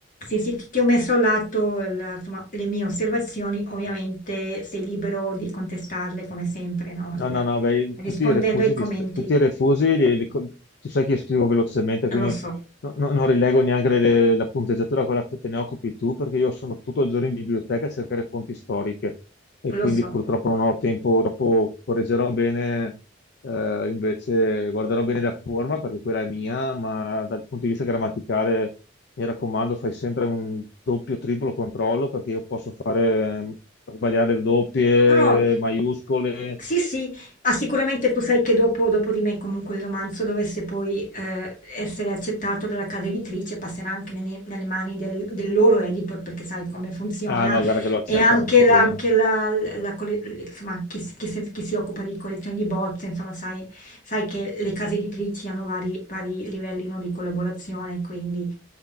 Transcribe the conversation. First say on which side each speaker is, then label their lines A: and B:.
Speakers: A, on the left; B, on the left.
A: Sì, sì, ti ti ho messo a lato il- insomma, le mie osservazioni, ovviamente sei libero di contestarle come sempre, no?
B: No,
A: Il-
B: no, no, beh,
A: rispondendo
B: tutti i refusi,
A: ai commenti.
B: di st- tutti i refusi li- li co- tu sai che io scrivo velocemente,
A: Eh,
B: quindi
A: Lo so,
B: no- no- non rilego neanche le- la punteggiatura, quella che te ne occupi tu, perché io sono tutto il giorno in biblioteca a cercare fonti storiche e
A: lo
B: quindi
A: so.
B: purtroppo non ho tempo, dopo correggerò bene, eh, invece guarderò bene la forma perché quella è mia, ma dal punto di vista grammaticale mi raccomando, fai sempre un doppio, triplo controllo perché io posso fare, sbagliare doppie,
A: No, no,
B: maiuscole.
A: sì, sì, ah, sicuramente tu sai che dopo, dopo di me comunque il romanzo dovesse poi eh, essere accettato dalla casa editrice, passerà anche nelle, nelle mani del del loro editor, perché sai come funziona.
B: Ah no, guarda che lo accettano
A: E anche
B: questo
A: la,
B: qui,
A: anche
B: eh.
A: la, la colle- insomma, chi, si- chi si chi si occupa di collezioni di bozze, insomma, sai, sai che le case editrici hanno vari, vari livelli, no, di collaborazione, quindi...